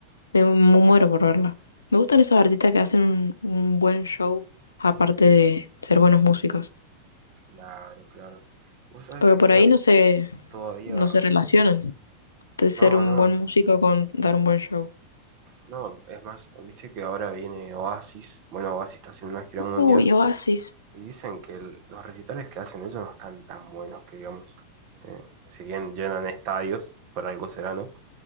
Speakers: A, on the left; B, on the right.
A: Me, mu-
B: sí,
A: muero por verla. Me gustan esos artistas que hacen un, un buen show, aparte de ser buenos músicos.
B: claro, claro. Vos sabés
A: Porque
B: que
A: por
B: yo
A: ahí no se,
B: todavía.
A: no se relacionan, de ser
B: No,
A: un
B: no,
A: buen músico con dar un buen show.
B: no, es más, viste que ahora viene Oasis. Bueno, Oasis está haciendo una gira mundial.
A: Uy, Oasis.
B: Y dicen que el- los recitales que hacen ellos no están tan buenos que digamos. Eh, si bien llenan estadios, y por algo será, ¿no?